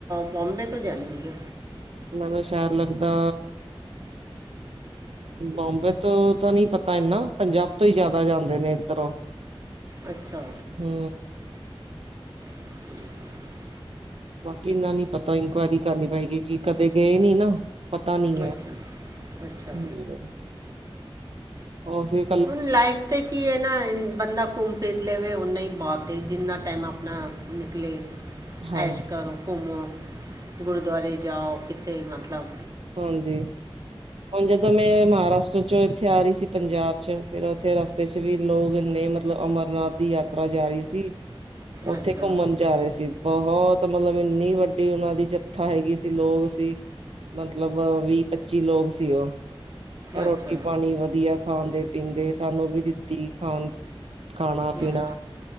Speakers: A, on the right; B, on the right.
A: ਬੋਂਬੇ ਤੋਂ ਜਾਂਦੀ ਆ?
B: ਮੈਨੂੰ ਸ਼ੈਰ ਲੱਗਦਾ ਬੋਂਬੇ ਤੋਂ ਤਾਂ ਨਹੀਂ ਪਤਾ ਇਨਾ ਪੰਜਾਬ ਤੋਂ ਹੀ ਜ਼ਿਆਦਾ ਜਾਂਦੇ ਨੇ ਇੱਧਰੋਂ। <inaudible>
A: ਅੱਛਾ
B: ਹੂੰ
A: <unintelligible>
B: ਬਾਕੀ ਇੰਨਾ ਨੀ ਪਤਾ ਇਨਕੁਆਇਰੀ ਕਰਨੀ ਪਏਗੀ ਕਿ ਕਦੇ ਗਏ ਨੀ ਨਾ। ਪਤਾ ਨੀ ਏ,
A: ਅੱਛਾ ਅੱਛਾ
B: ਹੂੰ ਉਹ ਅਸੀਂ
A: ਹੁਣ ਲਾਈਫ ਤੇ ਕੀ ਏ ਨਾ ਬੰਦਾ ਘੁੰਮ ਫਿਰ ਲਵੇ ਉਨਾ ਹੀ ਬਹੁਤ ਏ ਜਿੰਨਾ ਟਾਈਮ ਆਪਣਾ ਨਿਕਲੇ।
B: ਹਾਂਜੀ
A: ਐਸ਼ ਕਰੋ, ਘੁੰਮੋ, ਗੁਰਦੁਆਰੇ ਜਾਓ ਕਿੱਥੇ ਮਤਲਬ
B: ਹਾਂਜੀ ਹੁਣ ਜਦੋਂ ਮੈਂ ਮਹਾਰਾਸ਼ਟਰ ਚੋਂ ਇੱਥੇ ਆ ਰਹੀ ਸੀ ਪੰਜਾਬ 'ਚ ਫੇਰ ਉੱਥੇ ਰਸ ਤੇ 'ਚ ਵੀ ਲੋਕ ਇੰਨੇ ਮਤਲਬ ਅਮਰਨਾਥ ਦੀ ਯਾਤਰਾ ਜਾ ਰਹੀ ਸੀ ਉੱਥੇ
A: ਅੱਛਾ
B: ਘੁੰਮਣ ਜਾ ਰਹੇ ਸੀ। ਬਹੁਤ ਮਤਲਬ ਇੰਨੀ ਵੱਡੀ ਉਹਨਾਂ ਦੀ ਜਗਥਾ ਹੈਗੀ ਸੀ ਲੋਕ ਸੀ। ਮਤਲਬ ਵੀਹ-ਪੱਚੀ ਲੋਕ ਸੀ ਉਹ, ਰੋਟੀ
A: ਅੱਛਾ
B: ਪਾਣੀ ਵਧੀਆ ਖਾਂਦੇ ਪੀਂਦੇ ਸਾਨੂੰ ਵੀ ਦਿੱਤੀ ਖਾਣ, ਖਾਣਾ -ਪੀਣਾ,
A: ਅੱਛਾ,